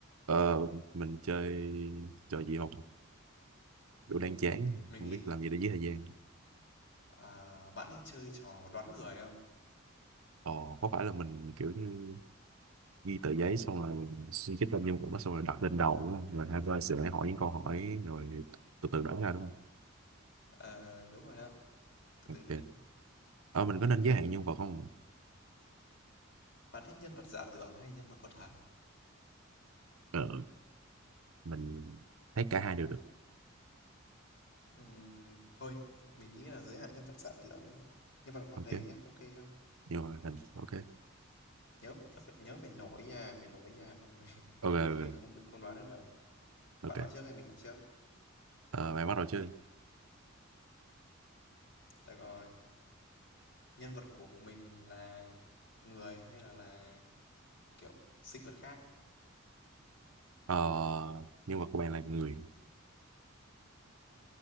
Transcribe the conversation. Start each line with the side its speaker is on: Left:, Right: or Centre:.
Right: Ờ, mình chơi trò gì không? Kiểu
Left: Ừm,
Right: đang chán,
Left: mình
Right: không
Left: nghĩ
Right: biết làm gì để giết thời gian.
Left: à, bạn thích chơi trò đoán người không?
Right: Ờ, có phải là mình kiểu như ghi tờ giấy xong rồi mình suy nghĩ lên nhân vật đó xong rồi đặt lên đầu đúng không? Rồi hai bên sẽ hỏi những câu hỏi rồi từ từ đoán ra đúng không?
Left: Ờ, đúng rồi đó. Từ
Right: Ok.
Left: từ nhé.
Right: Ờ, mình
Left: Để
Right: có nên
Left: mình
Right: giới hạn nhân vật không?
Left: bạn thích nhân vật giả tưởng hay nhân vật có thật?
Right: Ờ, mình thấy cả hai đều được.
Left: Ừm, thôi, mình nghĩ là giới hạn nhân vật giả tưởng ấy nhé. Nhân vật hoạt
Right: Ok.
Left: hình nhé, ok không?
Right: Nhưng mà hình, ok.
Left: Nhớ nhớ phải nhớ phải nổi nha, phải nổi nha không thì <laughs>
Right: Ok, ok,
Left: không thì
Right: ok.
Left: không không đoán được đâu.
Right: Ok.
Left: Bạn hỏi trước hay mình hỏi trước?
Right: Ờ, bạn bắt đầu chơi.
Left: Được rồi. Nhân vật của mình là người hay là là kiểu sinh vật khác?
Right: Ờ, nhân vật của bạn là người.